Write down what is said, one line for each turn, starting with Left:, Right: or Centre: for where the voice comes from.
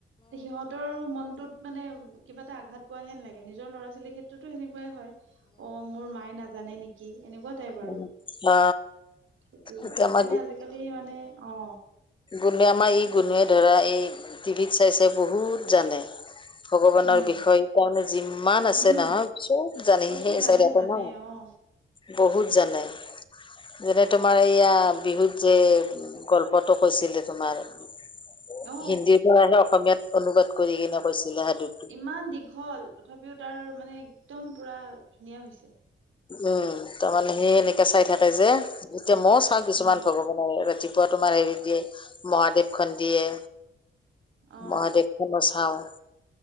Right: সিহঁতৰ মনটোত মানে কিবা এটা আঘাত পোৱাহে নালাগে নিজৰ ল'ৰা-ছোৱালীৰ ক্ষেত্ৰতো সেনেকুৱাই হয়। অ মোৰ মায়ে নাজানে নে কি এনেকুৱা টাইপ আৰু
Left: উম অ
Right: সেইটো
Left: এতিয়া
Right: সেইকাৰণে
Left: আমাৰ
Right: আজিকালি মানে অ
Left: গুণোৱে আমাৰ এই গুণোৱে ধৰা এই টিভিত চাই চাই বহুত জানে ভগৱানৰ
Right: উম
Left: বিষয়ে তাৰমানে যিমান
Right: উম
Left: আছে নহয় চব জানে
Right: অ
Left: সেই
Right: সি জানে
Left: চাইদে আছে
Right: জানে
Left: ন
Right: অ
Left: বহুত জানে যেনে তোমাৰ এয়া বিহুত যে গল্প টো কৈছিলে তোমাৰ হিন্দীৰ
Right: অ
Left: ল'ৰাটোৱে অসমীয়াত অনুবাদ কৰি কিনে কৈছিলে সাধু
Right: ইমান দীঘল তথাপিও তাৰ মানে একদম পুৰা ধুনীয়া হৈছে
Left: উম তাৰমানানে সি সেনেকা চাই থাকে যে এতিয়া ময় চাওঁ কিছুমান
Right: উম
Left: ভগৱানে ৰাতি পোৱা তোমাৰ হেৰি দিয়ে মহাদেৱ খন দিয়ে
Right: অ
Left: মহাদেৱ মই চাওঁ